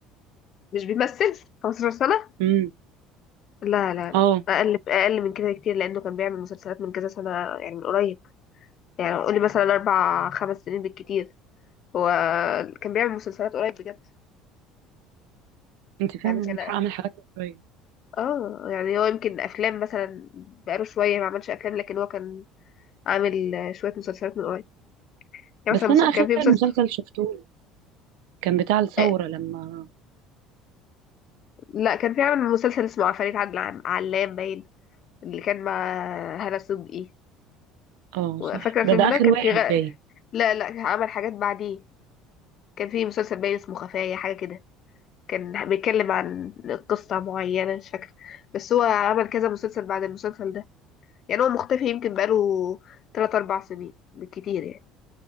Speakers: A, on the left; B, on the right.
A: مش بيمثل 15 سنة؟
B: امم
A: لا لا لا
B: اه
A: أقل أقل من كده بكتير لأنه كان بيعمل مسلسلات من كذا سنة يعني من قريب يعني قولي مثلا أربع خمس سنين بالكتير هو كان بيعمل مسلسلات قريب بجد
B: انت فعلا
A: يعني كان
B: عندك حق اعمل حاجات شويه
A: اه يعني هو يمكن أفلام مثلا بقاله شوية ما عملش أفلام لكن هو كان عامل آه، شوية مسلسلات من قريب يعني
B: بس
A: مثلا مس-
B: انا
A: كان
B: اخر
A: في مسلسل
B: مسلسل شفته كان بتاع الثوره
A: آه،
B: لما
A: لا كان في عامل مسلسل اسمه عفاريت عدل عم- علام باين اللي كان مع هالة صدقي
B: اه
A: وفاكرة
B: صح
A: الفيلم
B: ده ده
A: ده
B: اخر
A: كان
B: واحد
A: في غ...
B: باين
A: لا لا عمل حاجات بعديه كان في مسلسل باين اسمه خفايا حاجة كده كان بيتكلم عن قصة معينة مش فاكرة بس هو عمل كذا مسلسل بعد المسلسل ده يعني هو مختفي يمكن بقاله تلات أربع سنين بالكتير يعني